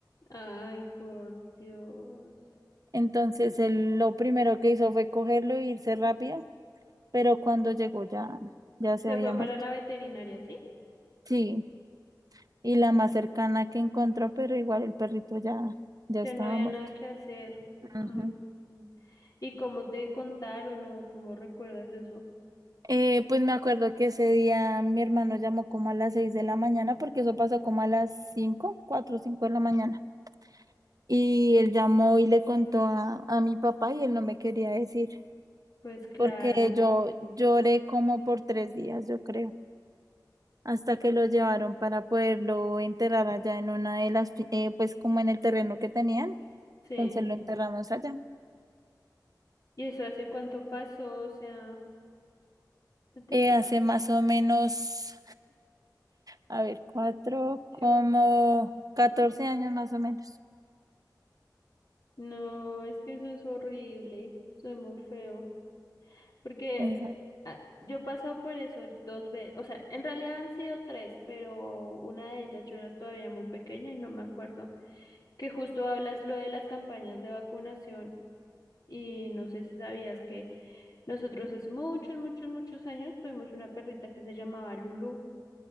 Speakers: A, on the left (about 55°); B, on the right (about 55°).
A: Ay, por Dios.
B: Entonces él lo primero que hizo fue cogerlo e irse rápido, pero cuando llegó ya, ya se
A: Se
B: había
A: fue para
B: muerto.
A: la veterinaria, ¿sí?
B: Sí, y la más cercana que encontró, pero igual el perrito ya, ya
A: Ya
B: estaba
A: no había
B: muerto.
A: nada que hacer. <laughs>
B: Ujú.
A: Ay, no. ¿Y cómo te contaron o cómo recuerdas eso?
B: Eh, pues me acuerdo que ese día mi hermano llamó como a las seis de la mañana, porque eso pasó como a las cinco, cuatro o cinco de la mañana. Y él llamó y le contó a, a mi papá y él no me quería decir.
A: Pues claro,
B: porque yo lloré como por tres días, yo creo, hasta que lo llevaron para poderlo enterrar allá en una de las, pi- eh, pues como en el terreno que tenían,
A: sí.
B: entonces lo enterramos allá.
A: ¿Y eso hace cuánto pasó? O sea, te-
B: Eh, hace más o menos, a ver, cuatro,
A: sí,
B: como
A: bu-
B: 14 años más o menos.
A: no, es que eso es horrible. Soy muy feo. Porque
B: Esa-
A: ah, yo he pasado por eso dos veces. O sea, en realidad han sido tres, pero una de ellas yo era todavía muy pequeña y no me acuerdo. que justo hablas lo de las campañas de vacunación y no sé si sabías que nosotros hace muchos, muchos, muchos años tuvimos una perrita que se llamaba Lulu.